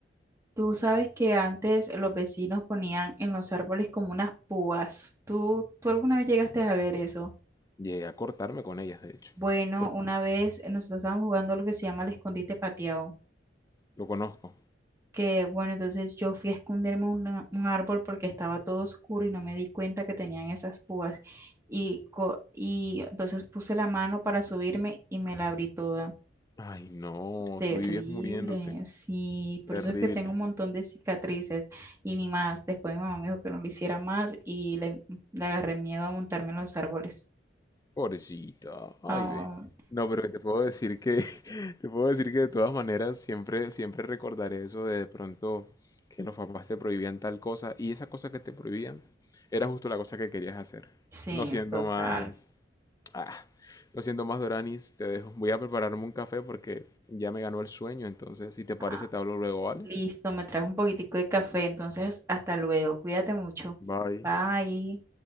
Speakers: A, on the right; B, on the left.
A: Tú sabes que antes los vecinos ponían en los árboles como unas púas. ¿Tú, tú alguna vez llegaste a ver eso?
B: Llegué a cortarme con ellas, de hecho.
A: Bueno,
B: Porque
A: una vez eh, nosotros estábamos jugando algo que se llama el escondite pateado.
B: lo conozco.
A: que bueno, entonces yo fui a esconderme en una- un árbol porque estaba todo oscuro y no me di cuenta que tenían esas púas. Y, co- y entonces puse la mano para subirme y me la abrí toda.
B: Ay, no,
A: Terrible,
B: tú vivías muriéndote.
A: sí, por
B: Terrible.
A: eso es que tengo un montón de cicatrices y ni más. Después mi mamá me dijo que no lo hiciera más y le, le agarré miedo a montarme en los árboles.
B: Pobrecita, ay
A: Ah,
B: ve. No, pero te puedo decir que, <laughs> te puedo decir que de todas maneras siempre, siempre recordaré eso de, de pronto que los papás te prohibían tal cosa y esa cosa que te prohibían era justo la cosa que querías hacer.
A: sí,
B: No siendo
A: total.
B: más, ah, no siendo más Doranis, te dejo. Voy a prepararme un café porque ya me ganó el sueño, entonces si te parece
A: Ah,
B: te hablo luego, ¿vale?
A: listo, me trajo un poquitico de café, entonces hasta luego, cuídate mucho.
B: Bye.
A: Bye.